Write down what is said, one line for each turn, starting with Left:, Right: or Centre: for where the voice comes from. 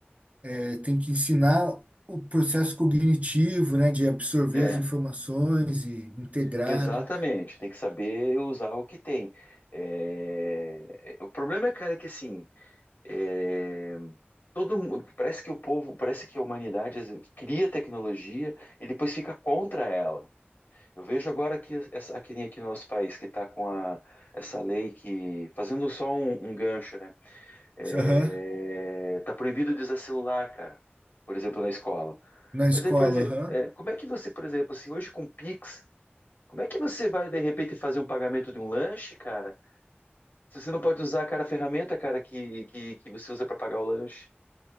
Right: é, tem que ensinar o processo cognitivo, né? De absorver
Left: É,
Right: as informações e integrar,
Left: exatamente.
Right: né?
Left: Tem que saber usar o que tem. É, é, o problema, cara, é que assim, é, todo mu- parece que o povo, parece que a humanidade às vezes, cria tecnologia e depois fica contra ela. Eu vejo agora que essa aqui, aqui no nosso país que está com a, essa lei que fazendo só um, um gancho, né? É,
Right: Aham,
Left: tá proibido de usar celular, cara. Por exemplo, na escola.
Right: na escola,
Left: Mas aí, por exemplo,
Right: aham.
Left: é, como é que você, por exemplo, assim, hoje com Pix, como é que você vai de repente fazer um pagamento de um lanche, cara? Se você não pode usar, cara, a ferramenta, cara, que, que, que você usa para pagar o lanche.